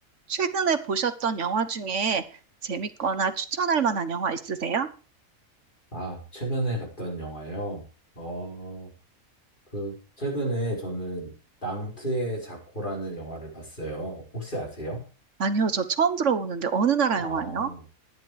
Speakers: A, on the right (about 60°); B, on the left (about 35°).
A: 최근에 보셨던 영화 중에 재밌거나 추천할 만한 영화 있으세요?
B: 아, 최근에 봤던 영화요? 어, 그, 최근에 저는 낭트의 자코라는 영화를 봤어요. 혹시 아세요?
A: 아니요, 저 처음 들어보는데 어느 나라
B: 아,
A: 영화예요?